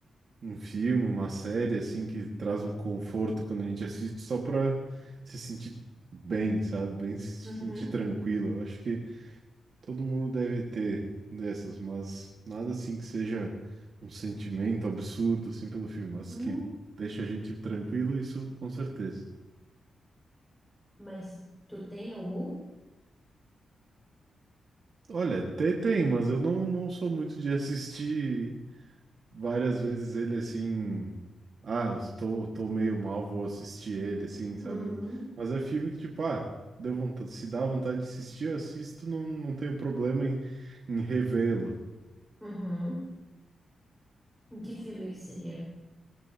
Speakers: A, on the right; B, in the centre.
A: um filme, uma série assim que traz um conforto quando a gente assiste só pra se sentir bem, sabe? Bem se
B: uhum,
A: sentir tranquilo. Eu Acho que. Todo mundo deve ter dessas, mas nada assim que seja um sentimento absurdo assim pelo filme, mas
B: uhum.
A: que deixa a gente tranquilo, isso com certeza.
B: Mas tu tem algum?
A: Olha, tem, tem, mas eu não, não sou muito de assistir várias vezes ele assim. Ah, estou, tô meio mal, vou assistir ele assim, sabe?
B: Uhum,
A: Mas é filme que, tipo, ah, deu vontade, se dá vontade de assistir, eu assisto, não, não tenho problema em, em revê-lo.
B: uhum. E Que filme que seria?